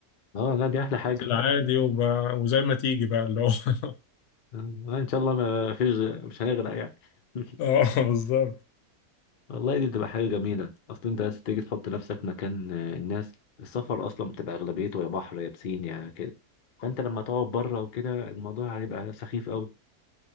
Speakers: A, on the left; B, on the left.
A: اه لا دي احلى حاجه
B: بنزل عادي وب... وزي ما تيجي بقى اللي هو <laughs>
A: آه، ان شاء الله ما فيش مش هنغرق يعني <laughs>
B: اه بالظبط
A: والله دي بتبقى حاجه جميله اصل انت عايز تيجي تحط نفسك مكان آه، الناس السفر اصلا بتبقى اغلبيته يا بحر يا بسين يا كده فانت لما تقعد بره وكده الموضوع هيبقى سخيف قوي